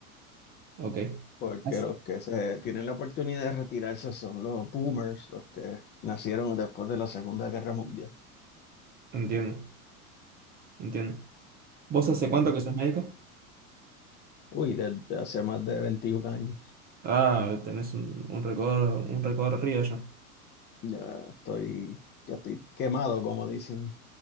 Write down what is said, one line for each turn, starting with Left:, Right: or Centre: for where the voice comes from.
Right: Ok,
Left: porque
Right: Así-
Left: los que se tienen la oportunidad de retirarse son los boomers, los que nacieron después de la Segunda Guerra Mundial.
Right: entiendo, entiendo. ¿Vos hace cuánto
Left: Desde-
Right: que sos médico?
Left: Uy, desde hace más de veintiún años.
Right: Ah, tenés un, un recorrido, un recorrido ya.
Left: Ya estoy, ya estoy quemado, como dicen.